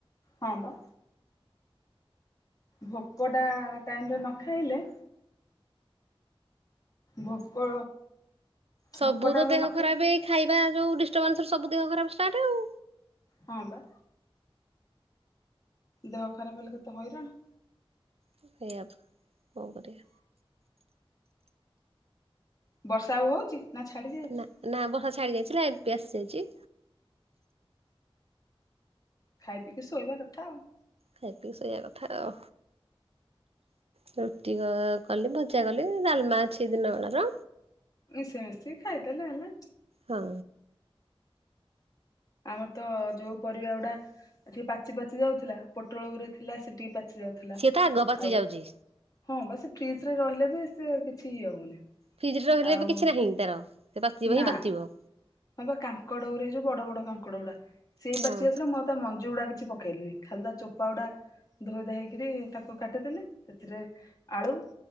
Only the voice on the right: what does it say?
ସବୁ
ତ ଦେହ
ଖରାପ ଏଇ ଖାଇବା ଯୋଉ ଡିବାନ୍ସ ସବୁ ଦେହ ଖରାପ ଷ୍ଟାଟ୍ ଆଉ।
ସେଇଆତ କଁ କରିଆ।
ନା ନା ବର୍ଷା ଛାଡ଼ି ଯାଇଥିଲା, ଏ ପି ଆସି ଯାଇଛି।
ଖାଇ ପିଇକି ସୋଇଆ କଥା ଆଉ। ରୁଟି କ କଲି, ଭଜା କଲି, ଡାଲମା ଅଛି ଦିନ ବେଳ ର।
ହଁ।
ସିଏ ତ ଆଗ ପାଚି
ଯାଉଛି
ଫ୍ରିଜ୍ ରେ ରହିଲେ
ବି କିଛି ନାହିଁ ତାର ସେ ପାଚିବ
ହିଁ ପାଚିବ।
ହଁ